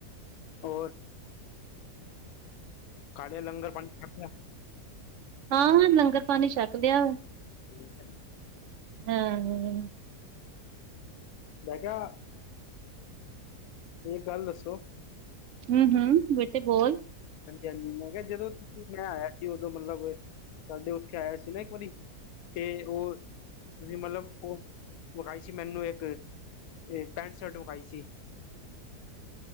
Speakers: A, on the left; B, on the right.
A: ਹੋਰ। ਖਾ ਲੇਆ, ਲੰਗਰ-ਪਾਨੀ ਛੱਕ ਲੇਆ।
B: ਹਾਂ-ਹਾਂ, ਲੰਗਰ-ਪਾਨੀ ਛਕ ਲਿਆ।
A: ਠੀਕ ਐ।
B: ਹਾਂ, ਹੂੰ।
A: ਮੈਂ ਕੇਆ, ਇਕ ਗੱਲ ਦੱਸੋ?
B: ਹੂੰ-ਹੂੰ, ਬੇਟੇ ਬੋਲ।
A: ਹਾਂਜੀ-ਹਾਂਜੀ, ਮੈ ਕੇਆ, ਜਦੋਂ ਮੈਂ ਆਇਆ ਸੀ ਉਦੋਂ ਮਤਲਬ ਸਾਡੇ ਉੱਥੇ ਆਇਆ ਸੀ ਨਾ ਇੱਕ ਵਾਰੀ 'ਤੇ ਓਹ ਤੁਸੀਂ ਮਤਲਬ ਓਹ, ਮੰਗਾਈ ਸੀ ਮੈਨੂੰ ਇੱਕ ਇਹ ਪੈਂਟ ਸ਼ਰਟ ਵਿਖਾਈ ਸੀ।